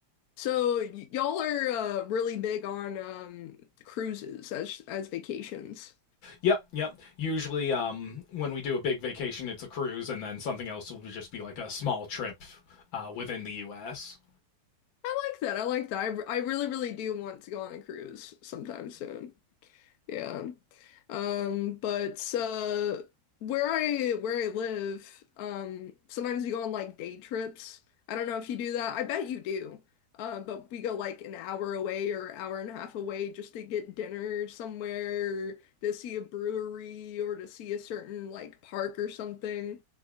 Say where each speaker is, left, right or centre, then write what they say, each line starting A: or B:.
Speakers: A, on the left (about 65°); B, on the left (about 85°).
A: So y- y'all are uh, really big on um, cruises as as vacations.
B: Yep, yep. Usually, um, when we do a big vacation, it's a cruise, and then something else will just be like a small trip uh, within the U.S.
A: I like that. I like that. I, r- I really, really do want to go on a cruise sometime soon. Yeah. Um, but uh where I where I live, um sometimes we go on like day trips. I don't know if you do that. I bet you do. Uh, but we go like an hour away or hour and a half away just to get dinner somewhere, to see a brewery or to see a certain like park or something.